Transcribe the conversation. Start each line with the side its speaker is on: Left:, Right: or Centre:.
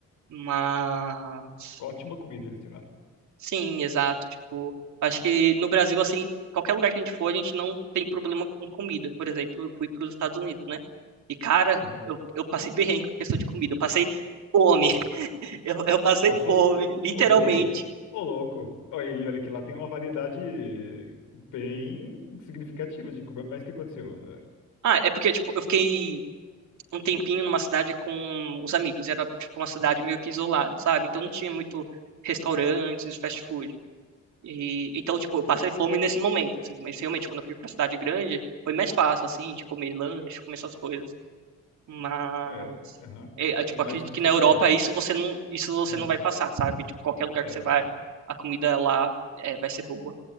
Right: Mas.
Left: Ótima comida eles têm lá.
Right: Sim, exato. Tipo, acho que no Brasil, assim, qualquer lugar que a gente for, a gente não tem problema com comida. Por exemplo, eu fui para os Estados Unidos, né? E, cara,
Left: Uhum.
Right: eu, eu passei perrengue com questão de comida. Eu passei fome. <laughs> Eu, eu passei
Left: Eu- Passou
Right: fome,
Left: fome.
Right: literalmente.
Left: Ô, louco! Ô, louco! Olha, e olha que lá tem uma variedade bem significativa de comida, mas o que aconteceu?
Right: Ah, é porque, tipo, eu fiquei um tempinho numa cidade com os amigos. Era, tipo, uma cidade meio que isolada, sabe? Então não tinha muito restaurantes, fast food. E, então, tipo, eu passei fome nesse momento, assim. Mas realmente, quando eu fui pra cidade grande, foi mais fácil, assim, de comer lanche, comer essas coisas. Mas
Left: É, aham.
Right: é, é, tipo,
Left: Mas
Right: acredito
Left: o que
Right: que
Left: que
Right: na
Left: você comeu?
Right: Europa isso você não, isso você
Left: Não.
Right: não vai passar, sabe? Tipo, qualquer lugar
Left: É,
Right: que você
Left: não
Right: vai,
Left: é.
Right: a comida lá é, vai ser boa.